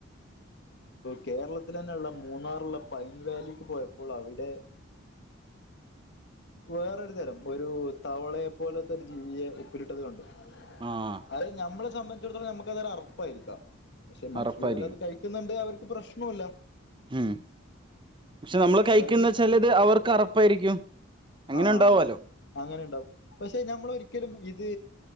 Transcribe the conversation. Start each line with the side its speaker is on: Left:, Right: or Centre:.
Left: കേരളത്തിലന്നെ ഉള്ള മൂന്നാറുള്ള പൈൻ വാലിക്ക് പോയപ്പോൾ അവിടെ വേറൊരു തരം ഒരു തവളയെ പോലത്തെ ഒരു ജീവിയെ ഉപ്പിലിട്ടത് കണ്ടു
Right: ആഹ്
Left: അത് നമ്മളെ സംബന്ധിച്ചിടത്തോളം നമുക്ക് അതൊരു അർപ്പായിരിക്കാം പക്ഷെ മറ്റുള്ളവരത്
Right: അറപ്പായിരിക്കും
Left: കഴ ക്കുന്നുണ്ട് അവർക്ക് പ്രശ്നോ ഇല്ല
Right: ഉം പക്ഷെ നമ്മള് കഴിക്കന്ന്
Left: അതായത്
Right: വെച്ചാൽ ഇത് അവർക്ക് അറപ്പായിരിക്കും അങ്ങനെ
Left: ആഹ്
Right: ഇണ്ടാവാലോ
Left: ആഹ് അങ്ങനെ ഇണ്ടാവും പക്ഷെ ഞമ്മള് ഒരിക്കലും ഇത്